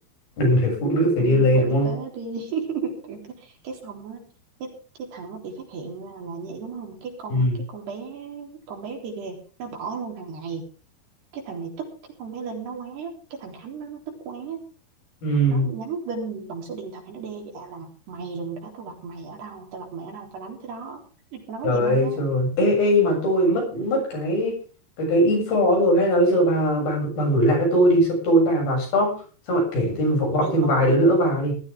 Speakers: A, on the left (about 55°); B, on the right (about 70°).
A: đừng để phụ nữ phải
B: ừ,
A: điên lên
B: tử
A: đúng không?
B: tế đi <laughs> tử tế. cái xong á cái cái thằng nó bị phát hiện ra là như vậy đúng không cái con
A: Ừ.
B: cái con bé con bé kia kìa nó bỏ luôn thằng này cái thằng này tức cái con bé Linh nó quá cái thằng Khánh nó nó tức quá
A: Ừ.
B: nó nhắn tin bằng số điện thoại nó đe dọa là mày đừng để tao gặp mày ở đâu tao gặp mày ở đâu tao đánh tới đó nó nói
A: Trời
B: gì luôn
A: ơi
B: á
A: trời. Ê, ê nhưng mà tôi mất mất cái cái cái info rồi hay là bây giờ bà bà bà gửi lại cho tôi đi xong tôi bà vào stock xong lại kể thêm vợ- gọi
B: ừ
A: thêm
B: ừ
A: vài đứa
B: ừ
A: nữa vào đi.